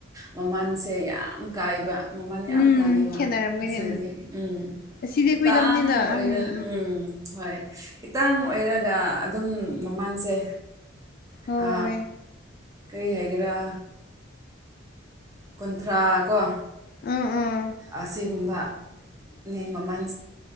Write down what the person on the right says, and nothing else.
ꯃꯃꯜꯁꯦ ꯌꯥꯝ ꯀꯥꯏꯕ ꯃꯃꯜ ꯌꯥꯝ
ꯇꯥꯡꯉꯦꯕ
ꯑꯁꯤꯗꯗꯤ ꯎꯝ꯫
ꯈꯤꯇꯥꯡ
ꯑꯣꯏꯔ
ꯎꯝ ꯍꯣꯏ꯫ ꯈꯤꯇꯪ ꯑꯣꯏꯔꯒ ꯑꯗꯨꯝ ꯃꯃꯜꯁꯦ
ꯑ ꯀꯔꯤ ꯍꯥꯏꯒꯦꯔꯥ ꯀꯨꯟꯊ꯭ꯔꯥ ꯀꯣ
ꯑꯁꯤꯒꯨꯝꯕꯅꯤ ꯃꯃꯜ